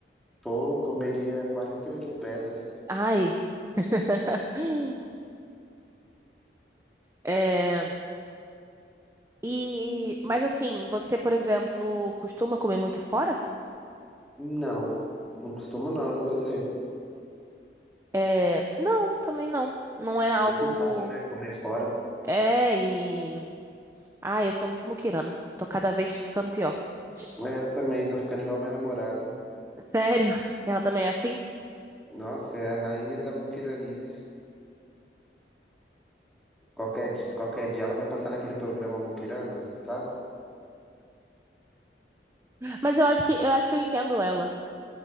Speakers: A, in the centre; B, on the right.
A: pô, comeria 48 peças.
B: Ai. <gasps> É, e, mas assim, você, por exemplo, costuma comer muito fora?
A: Não, não costumo não. E você?
B: É, não, também não. Não era algo.
A: Muito caro, né? Comer fora.
B: É, e. Ai, eu sou muito muquirana. Tô cada vez ficando pior. <laughs>
A: É, eu também tô ficando igual minha namorada.
B: Sério? Ela também é assim?
A: Nossa, é a rainha da muquiranice. Qualquer, di- qualquer dia ela vai passar naquele programa Muquiranas, sabe?
B: Mas eu acho que eu acho que eu entendo ela.